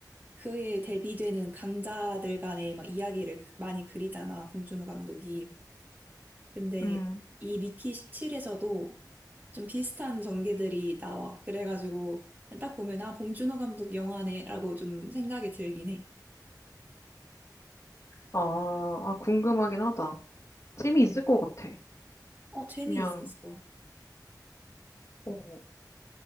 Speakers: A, on the right (about 25°); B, on the left (about 40°).
A: 그에 대비되는 강자들 간의 막 이야기를 많이 그리잖아, 봉준호 감독이. 근데
B: 음.
A: 이 미키 17에서도 좀 비슷한 전개들이 나와. 그래가지고 딱 보면 아 봉준호 감독 영화네라고 좀 생각이 들긴 해.
B: 아, 아, 궁금하긴 하다. 재미있을 것 같아.
A: 어 재미있었어.
B: 그냥, 어.